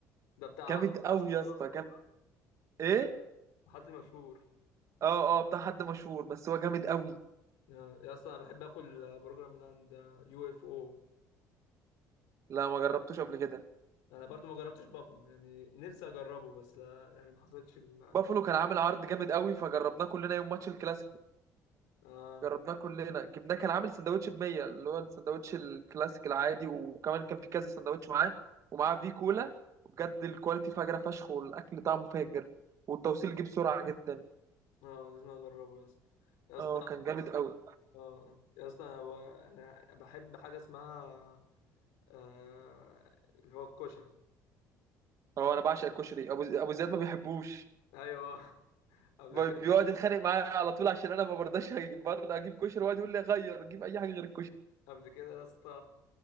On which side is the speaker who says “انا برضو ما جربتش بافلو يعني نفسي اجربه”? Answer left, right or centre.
Left